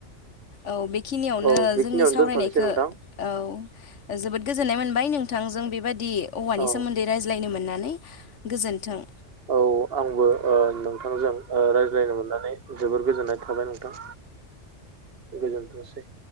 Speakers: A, on the left; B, on the right.
A: औ बे खिनियावनो
B: औ बेखिनियावनो
A: जोंनि सावरायनायखो
B: दोनथ'नोसै नोंथां
A: औ जोबोद गोजोन्नाय मोनबाय नोंथांजों बेबायदि औवानि
B: औ
A: सोमोन्दै रायज्लायनो मोननानै गोजोन्थों।
B: औ आंबो ओ नोंथांजों ओ रायज्लायनो मोननानै जोबोर गोजोननाय थाबाय नोंथां। गोजोनथोंसै